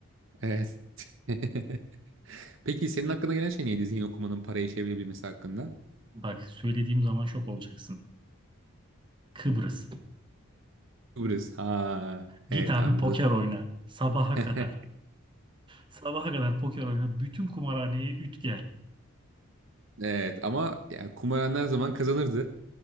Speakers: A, on the right; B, on the right.
A: evet. <laughs> Peki senin hakkında gelen şey neydi zihin okumanın parayı çevirebilmesi hakkında?
B: Bak söylediğim zaman şok olacaksın. Kıbrıs.
A: Kıbrıs. Ha,
B: Git
A: evet
B: abi
A: anladım.
B: poker oyna. Sabaha
A: <laughs>
B: kadar. Sabaha kadar poker oyna. Bütün kumarhaneyi üt gel.
A: Evet ama yani kumaran her zaman kazanırdı.